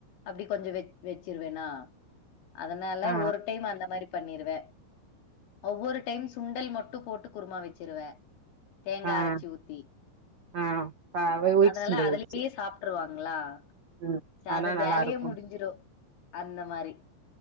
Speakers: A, on the left; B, on the right.
A: அப்டி கொஞ்சோ வெச் வெச்சிருவ நா அதனால
B: ஆ
A: ஒரு டைம் அந்த மாரி பண்ணிருவ ஒவ்வொரு டைம் சுண்டல் மட்டு போட்டு குருமா வச்சிருவ தேங்கா
B: ஆ
A: அரச்சி ஊத்தி
B: ஆ ப அவ ஒய்ட்
A: அதனால
B: சுண்டல்
A: அதுலயே
B: வச்சு
A: சாப்ட்டுருவாங்ளா
B: ம்
A: ச அது
B: ஆனா
A: வெலயே
B: நல்லா இருக்கும்
A: முடிஞ்சிரு அந்த மாரி